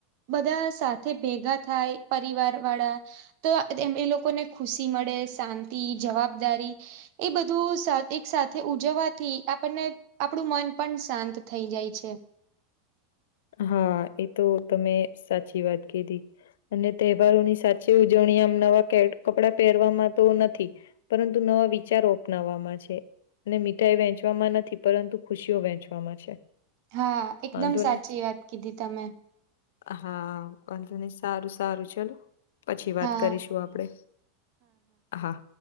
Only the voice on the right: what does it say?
બધા સાથે ભેગા થાય પરિવાર વાળા. તો એ એ લોકોને ખુશી મળે શાંતિ જવાબદારી. એ બધું એક સાથે ઉજવવાથી આપણને. આપણું મન પણ શાંત થઈ જાય છે.
હા એકદમ
સાચી વાત કીધી તમે.
હા